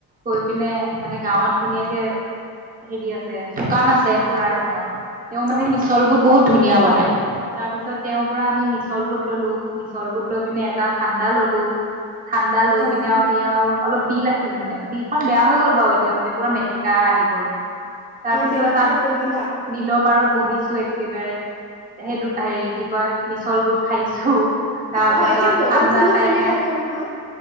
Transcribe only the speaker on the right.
গৈ পিনে মানে গাঁৱত ধুনীয়াকে হেৰি আছে দোকান আছে খুৰা এজনৰ <unintelligible> তেওঁ মানে
মিছল
বোৰ বহুত ধুনীয়া বনাই তাৰপিছত তেওঁৰ পৰা আমি <unintelligible> মিছল বুট ললো মিছল বুট লৈ পিনে এটা ঠাণ্ডা ললো ঠাণ্ডা লৈ
পিনে আমি আৰু অলপ বিল আছিল মানে বিলখন বেয়া হৈ গ'ল বাৰু এতিয়া মানে পুৰা মেটেকা আহি গ'লগে। তাৰ
পিছত
তাত
বিলৰ পাৰত বহিছো <unintelligible> একেবাৰে সেই হেৰি কি কয় মিছল বোট খাইছো। তাৰপিছত
ঠাণ্ডা
খাই
খাই